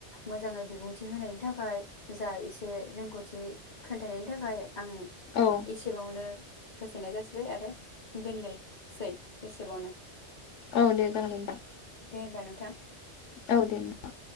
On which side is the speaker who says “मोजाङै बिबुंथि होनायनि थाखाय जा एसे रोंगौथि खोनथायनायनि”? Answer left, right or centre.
Left